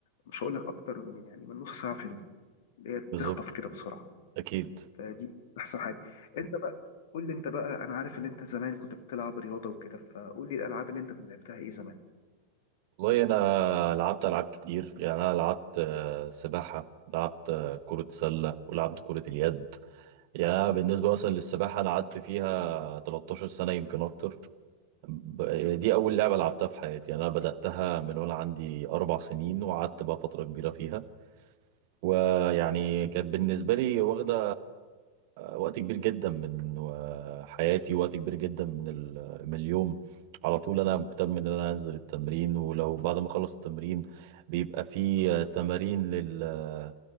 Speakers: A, on the left (about 55°); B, on the right (about 50°).
A: مش هقول لك أكتر من يعني من نص ساعة في اليوم اللي هي
B: بالظبط
A: تخطف كده بسرعة
B: اكيد
A: فدي أحسن حاجة أنت بقى قول لي أنت بقى أنا عارف إن أنت زمان كنت بتلعب رياضة وكده فقول لي الألعاب اللي أنت كنت لعبتها إيه زمان
B: والله انا لعبت العاب كتير يعني انا لعبت آه، سباحه لعبت آه، كره سله ولعبت كره اليد يعني أنا بالنسبه مثلا للسباحه انا قعدت فيها 13 سنه يمكن اكتر ب- دي أول لعبة لعبتها في حياتي أنا بدأتها من وأنا عندي أربع سنين وقعدت بقى فترة كبيرة فيها ويعني كانت بالنسبة لي واخدة وقت كبير جدا من و- حياتي وقت كبير جدا من ال- من اليوم على طول أنا مهتم إن أنا أنزل التمرين ولو بعد ما أخلص التمرين بيبقى في تمارين لل